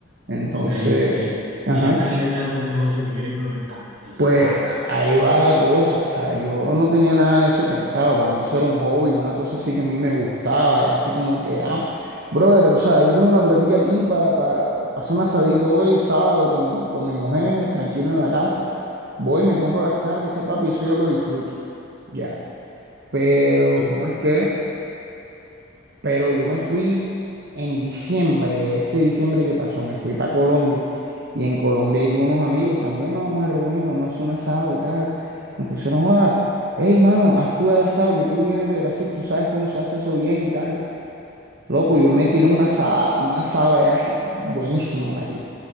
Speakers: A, on the right; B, on the right.
A: Entonces,
B: Ok, y,
A: ajá.
B: y esa es la idea del negocio que quiero implementar, de los
A: Pues
B: asados.
A: ahí va la cosa, o sea, yo no tenía nada de eso pensado, para mí eso era un hobby, una cosa así que a mí me gustaba, y así como que, ah, brother, o sea, yo tengo una platica aquí para hacer un asadito hoy, sábado, con, con mi mujer, tranquilo en la casa, voy, me compro las carnes, este papi, eso yo lo disfruto, ya, pero
B: ¿no?
A: ¿cómo es que? pero yo me fui en diciembre, este diciembre que pasó, me fui para Colombia y en Colombia hay unos amigos también, nos vamos a reunir, nos vamos a hacer un asado y tal. Nos pusieron, ah, hey mano, haz tú el asado que tú vienes de Brasil, tú sabes cómo se hace eso bien, tal. Loco, yo me tiré una asada, una asada allá gi- buenísimo, marica.